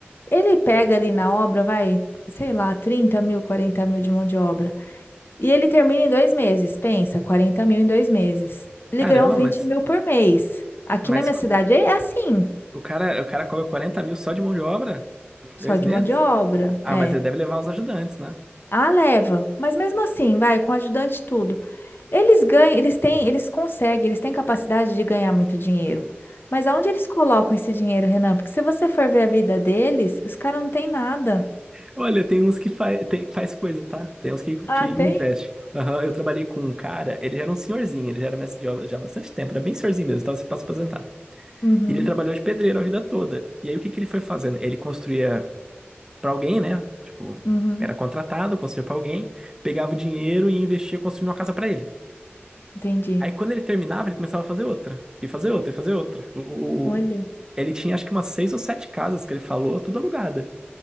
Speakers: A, on the left; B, on the right.
A: Ele pega ali na obra, vai, sei lá, 30 mil, 40 mil de mão de obra. E ele termina em dois meses, pensa, 40 mil em dois meses. Ele
B: Caramba,
A: ganhou 20
B: mas,
A: mil por mês. Aqui
B: mas
A: na minha
B: co-
A: cidade é assim,
B: o cara, o cara cobra 40 mil só de mão de obra em
A: só
B: dois
A: de
B: meses?
A: mão de obra.
B: Ah,
A: é.
B: mas ele deve levar uns ajudantes, né?
A: A leva, mas mesmo assim, vai, com ajudante e tudo. Eles ganham, eles têm, eles conseguem, eles têm capacidade de ganhar muito dinheiro. Mas aonde eles colocam esse dinheiro, Renan? Porque se você for ver a vida deles, os caras não têm nada.
B: Olha, tem uns que faz, tem, faz coisa, tá? Tem uns que,
A: Ah,
B: que
A: tem?
B: investe. Aham, eu trabalhei com um cara, ele já era um senhorzinho, ele já era mestre de obra já há bastante tempo, era bem senhorzinho mesmo, estava para se aposentar.
A: Uhum,
B: E ele trabalhou de pedreiro a vida toda. E aí o que que ele foi fazendo? Ele construía para alguém, né? Tipo,
A: uhum,
B: era contratado, construía para alguém, pegava o dinheiro e investia construindo uma casa para ele.
A: entendi.
B: Aí quando ele terminava, ele começava a fazer outra, e fazer outra, e fazer outra. O,
A: Olha,
B: o- ele tinha acho que umas seis ou sete casas que ele falou, tudo alugada.